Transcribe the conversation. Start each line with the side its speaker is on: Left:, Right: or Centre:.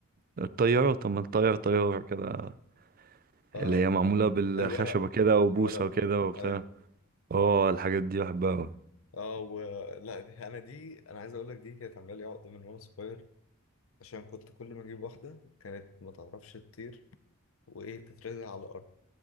Right: الطيارة طب ما الطيار طيار كده
Left: اه
Right: اللي هي معمولة بالخشبة
Left: الورق
Right: كده وبوصة
Left: الورق
Right: وكده وبتاع
Left: أيوه.
Right: اه الحاجات دي بحبها أوي.
Left: اه ولا دي انا دي انا عايز اقول لك دي كانت عامله لي عقده من وانا صغير عشان كنت كل ما اجيب واحده كانت ما تعرفش تطير وايه تترزع على الارض